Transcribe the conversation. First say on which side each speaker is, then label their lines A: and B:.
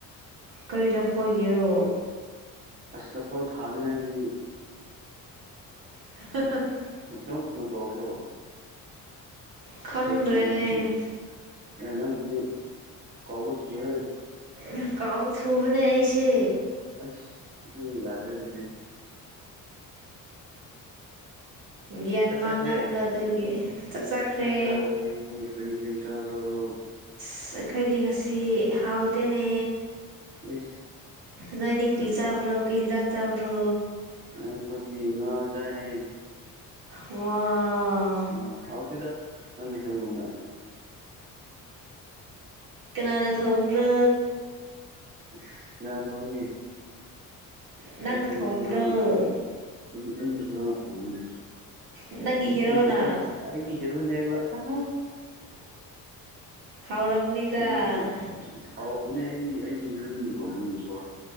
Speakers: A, on the right (about 75°); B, on the right (about 25°).
A: ꯀꯔꯤ ꯂꯐꯣꯏꯒꯦꯔꯣ
B: ꯑꯁꯤ ꯂꯥꯐꯈꯣꯏ ꯊꯥꯅꯤꯉꯥꯏꯒꯤ
A: <unintelligible>
B: ꯅꯆꯥꯎ ꯊꯨꯅ ꯀꯥꯎꯕꯔꯣ
A: ꯈꯪꯗ꯭ꯔꯦꯅꯦ
B: ꯍꯣꯏ ꯊꯅꯤꯉꯥꯏꯒꯤ ꯑꯦ ꯅꯪꯥꯁꯤꯗꯤ ꯀꯥꯎꯕ ꯊꯨꯏꯍꯦ
A: ꯎꯝ ꯀꯥꯎꯕ ꯊꯨꯕꯅꯦ ꯑꯩꯁꯦ
B: ꯑꯁ ꯁꯤꯗꯤ ꯌꯥꯗ꯭ꯔꯦꯅꯦꯍꯦ
A: ꯒ꯭ꯌꯥꯟ
B: ꯆꯥꯛ ꯆꯥꯗ꯭ꯔꯦ
A: ꯃꯥꯡꯒꯟꯕ ꯑꯗꯨꯒꯤ ꯆꯥꯈ꯭ꯔꯦ
B: ꯆꯥꯛ ꯆꯥꯔꯕꯣ ꯀꯔꯤ ꯃꯊꯦꯜ ꯆꯥꯕꯔ꯭ꯣ
A: ꯑꯁ ꯑꯩꯈꯣꯏꯗꯤ ꯉꯁꯤ ꯍꯥꯎꯇꯦꯅꯦ
B: ꯏꯁ
A: ꯅꯣꯏꯗꯤ ꯀꯔꯤ ꯆꯥꯕ꯭ꯔꯣ ꯀꯩ ꯏꯟꯖꯥꯡ ꯆꯥꯕ꯭ꯔꯣ
B: ꯑꯩꯈꯣꯏꯗꯤ ꯉꯥ ꯆꯥꯏ
A: ꯋꯥꯎ
B: ꯑꯥ ꯍꯥꯎꯇꯦꯗ ꯅꯪ ꯍꯦꯜꯒꯨꯝꯅꯦ
A: ꯀꯅꯥꯅ ꯊꯣꯡꯕ꯭ꯔꯣ
B: ꯑꯁ ꯀꯅꯥ ꯊꯣꯡꯒꯅꯤ
A: ꯅꯪꯅ
B: ꯑꯩꯒꯤ
A: ꯊꯣꯡꯕ꯭ꯔꯣ
B: ꯍꯦꯔꯣꯅ ꯑꯩꯒꯤ ꯍꯦꯔꯣꯅ ꯊꯣꯡꯕꯅꯦ
A: ꯅꯪꯒꯤ
B: ꯑꯩ
A: ꯍꯦꯔꯣꯅ
B: ꯑꯩꯒꯤ ꯑꯩꯒꯤ ꯍꯦꯔꯣꯌꯤꯟꯅ ꯑꯩꯕꯨ ꯇꯃꯣ
A: ꯍꯥꯎꯔꯝꯒꯅꯤꯗ
B: <unintelligible> ꯍꯥꯎꯅꯦ ꯑꯩꯒꯤ ꯑꯩꯒꯤ ꯍꯦꯔꯣꯏꯟꯅ ꯊꯣꯡꯕꯅꯦꯀꯣ